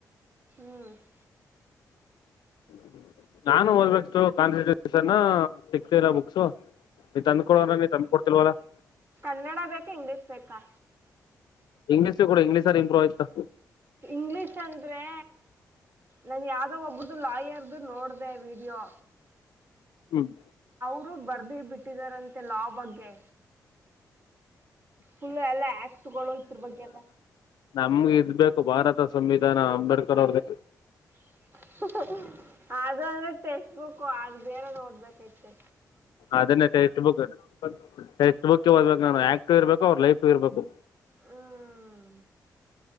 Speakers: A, on the right; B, on the left.
A: ಹ್ಮ್ <inaudible>
B: <inaudible> ನಾನು ಹೋದಬೇಕಷ್ಟು ಕಾನ್ಸ್ಟಿಟ್ಯೂಷನ್ ಸಿಕ್ತಿಲ್ಲ ಬುಕ್ಸು ನೀ ತಂದು ಕೊಡಲ್ಲ ನೀ ತಂದು ಕೊೂಡ್ ತಿಲವಲ್ಲ <inaudible>
A: ಕನ್ನಡ ಬೇಕಾ ಇಂಗ್ಲೀಷ್ ಬೇಕಾ
B: ಇಂಗ್ಲಷ್ ಕೂಡ ಇಂಗ್ಲೀರ್ ಇಂಪ್ರೂ ಆಯ್ತಾ
A: ಇಂಗ್ಲಿಷ್ ಅಂದ್ರೆ ನನ್ ಯಾವ್ದೋ ಒಬ್ಬ್ದ ಲಾಯರ್ ನೋಡಿದೆ ವೀಡಿಯೋ
B: ಹ್ಮ್
A: ಅವರು ಬರ್ದ ಬಿಟ್ಟಿದಾರಂತೆ ಲಾ ಬಗ್ಗೆ ಫುಲ್ಲ ಎಲ್ಲ ಆಕ್ಟ್ ತಗಳೋಗತ್ರ ಬಗ್ಗೆ ಎಲ್ಲ
B: ನಮ್ಗೆ ಇದ್ಬೇಕೇಕು ಭಾರತ ಸಂವಿಧಾನ ಅಂಬೇಡ್ಕರ್ ಅವ್ರ್ದ
A: <unintelligible> ಅದು ಅಂದ್ರೆ ತೆಸ್ ಬಕ್ಕು ಅದು ಬೇರೆದು ಓದ್ಬೇಕೈತೆ
B: ಅದನ್ನೇ ಟೆಸ್ಟ್ ಬುಕ್ ಟೆಕ್ಸ್ಟ್ ಬುಕ ಓದಬೇಕು ನಾನು ಆಕ್ಟ್ ಇರ್ಬೇಕು ಅವ್ ಲೈಫ್ ಇರ್ಬೇಕು
A: ಹ್ಞೂ